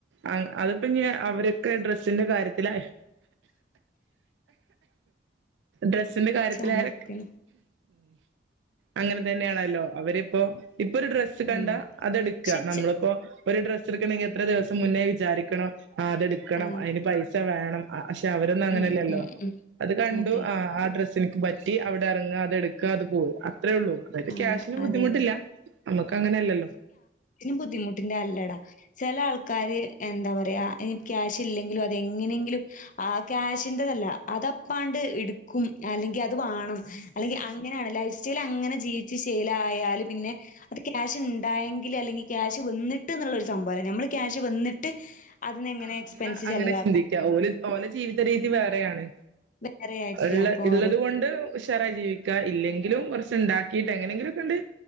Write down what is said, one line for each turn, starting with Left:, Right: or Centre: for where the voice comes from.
Right: ആ അതിപ്പഞ്ഞ് അവരൊക്കെ ഡ്രസ്സിന്റെ കാര്യത്തില
Left: <inaudible>
Right: ഡ്രസ്സിൻ്റെ കാ
Left: ചുമയ്ക്കണ്
Right: ര്യ ലാരൊക്കെ അങ്ങനെ തന്നെയാണല്ലോ അവരിപ്പോ ഇപ്പൊ ഒരു ഡ്രസ് ഡ്രസ്സ് കണ്ട
Left: ഉം
Right: അതെട്ക്ക
Left: പക്ഷെ
Right: നമ്മളിപ്പൊ
Left: ചെ
Right: ഒരു ഡ്രസ്സ് എട്ക്കണെങ്കിൽ എത്ര ദിവസം മുന്നേ വിചാരിക്കണം ആ അതെടുക്കണം
Left: ആഹ്
Right: അയിന് പൈസ വേണം അ പക്ഷെ അവരൊന്നും അങ്ങനെല്ലല്ലോ
Left: ഉം ഉം ഉം
Right: അത് കണ്ടു
Left: അതെ
Right: ആ ആ ഡ്രസ്സ്ൻക് പ- റ്റി അവിടെറങ്ങാ അതെടുക്ക അത് പോവ അത്രേ ഉള്ളൂ അതായത്
Left: ആഹ്
Right: ക്യാഷിനും ബുദ്ധിമുട്ടില്ല
Left: അതെ അതെ
Right: നമ്മക്ക് അങ്ങനെയല്ലല്ലോ
Left: ഇതിന് ബുദ്ധിമുട്ടിന്റെല്ലടാ ചെല ആൾക്കാര് എന്താ പറയാ ക്യാഷ് ഇല്ലെങ്കിലും അതെങ്ങനെങ്കിലും ആഹ ക്യാഷിന്റെതല്ല അതപ്പാണ്ട് ഇട്ക്കും അല്ലെങ്കി അത് വാണം അല്ലെങ്കി അങ്ങനെയാണ് ലൈഫ് സ്റ്റൈല് അങ്ങനെ ജീവിച്ച് ശീലായാല് പിന്നെ അത് ക്യാഷ്ണ്ടായെങ്കില് അല്ലെങ്കിൽ ക്യാഷ് വന്നിട്ട്ന്നുള്ളരു സംഭവല്ല നമ്മള് ക്യാഷ് വന്നിട്ട് അതിനെങ്ങനെ
Right: ആഹ
Left: എക്സ്പെൻസ്
Right: നമ്മള് അങ്ങനെ
Left: ചെലവാക്കണം.
Right: ചിന്തിക്ക്യാവൂ ഓല് ഓലെ ജീവിത രീതി വേറെയാണ്
Left: വേറെ ആയിരിക്കും.
Right: ഇള്ള
Left: അപ്പൊ
Right: ഇള്ളത്
Left: ഓരോ
Right: കൊണ്ട് ഉഷാറായി ജീവിക്ക ഇല്ലെങ്കിലും കൊറച്ച് ഇണ്ടാക്കിയിട്ട് എങ്ങനെങ്കിലൊക്കാണ്ട്